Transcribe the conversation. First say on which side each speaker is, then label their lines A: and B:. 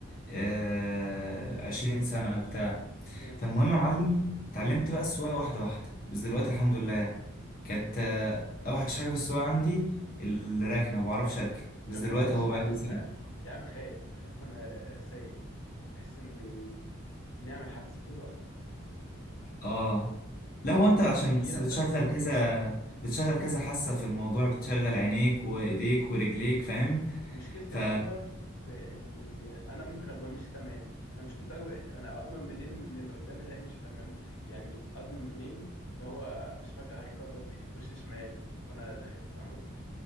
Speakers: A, on the left; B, on the left.
A: آه عشرين سنة بتاع
B: جامد
A: فالمهم يا معلم اتعلمت بقى السواقة واحدة واحدة بس دلوقتي
B: امم
A: الحمد لله يعني كانت آه، اوحش حاجة في السواقة عندي الركنة ما بعرفش اركن بس
B: أنا
A: دلوقتي
B: بخاف قوي من السواقه
A: اهو بقى
B: على
A: لي
B: فكره
A: سنة
B: يعني أنا بخاف بخاف وانا را- سايق بحس اني اني اعمل حادثه طول الوقت
A: اه لا هو
B: هي بتجي-
A: انت عشان
B: بتجيلك
A: بس بتشغل
B: طيب
A: كذا بتشغل كذا حاسة في الموضوع بتشغل عينيك وايديك ورجليك فاهم
B: مشكلتي
A: ف
B: الأكبر في إني أنا ممكن أبقى ماشي تمام، أنا مشكلتي الأكبر أنا أضمن منين إن اللي قدامي ده هيمشي تمام، يعني أضمن منين إن هو مش فجأة هيقرر يخش شمال وأنا داخل فاهم قصدي؟